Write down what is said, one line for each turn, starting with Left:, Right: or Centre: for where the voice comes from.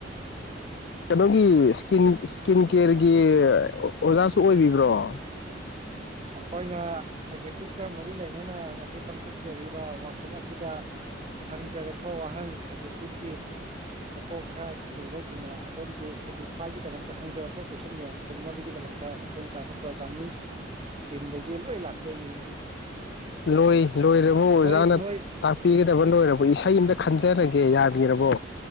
Left: ꯀꯩꯅꯣꯒꯤ ꯏꯁꯀꯤꯟ ꯏꯁꯀꯤꯟ ꯀꯦꯌꯔꯒꯤ ꯑꯣꯖꯥꯁꯨ ꯑꯣꯏꯕꯤꯕ꯭ꯔꯣ <unintelligible>
Right: ꯑꯩꯈꯣꯏꯅ ꯁꯥꯏꯀꯦꯇꯔꯤꯛꯀ ꯃꯔꯤ ꯂꯩꯅꯅ ꯉꯁꯤ ꯄꯥꯡꯊꯣꯛꯆꯔꯤꯕ ꯋꯥꯛꯁꯣꯞ ꯑꯁꯤꯗ ꯍꯪꯖꯔꯛꯄ ꯋꯥꯍꯪ ꯁꯥꯏꯀ꯭ꯔꯦꯇꯤꯛꯀꯤ ꯃꯀꯣꯛ ꯈꯔ ꯆꯨꯕꯁꯤꯡꯅ ꯑꯗꯣꯝꯒꯤ ꯁꯦꯇꯤꯁꯐꯥꯏꯒꯤꯗꯃꯛꯇ ꯍꯪꯖꯔꯛꯄ ꯀꯣꯏꯁꯟ ꯃꯌꯥꯝ ꯈꯨꯝꯅꯕꯒꯤꯗꯃꯛꯇ ꯁꯦꯝ ꯁꯥꯕ ꯄ꯭ꯔꯣꯒꯥ꯭ꯔꯝꯅꯤꯤꯟꯗꯒꯤ ꯂꯣꯏ ꯂꯥꯛꯇꯣꯏꯅꯤ
Left: ꯂꯣꯏ ꯂꯣꯏꯔꯕ ꯑꯣꯖꯥꯅ
Right: ꯅꯣꯏ ꯅꯣꯏ
Left: ꯇꯥꯛꯄꯤꯒꯗꯕ ꯂꯣꯏꯔꯕ ꯏꯁꯩ ꯑꯝꯇ ꯈꯟꯖꯔꯒꯦ ꯌꯥꯅꯤ ꯌꯦꯔꯕꯣ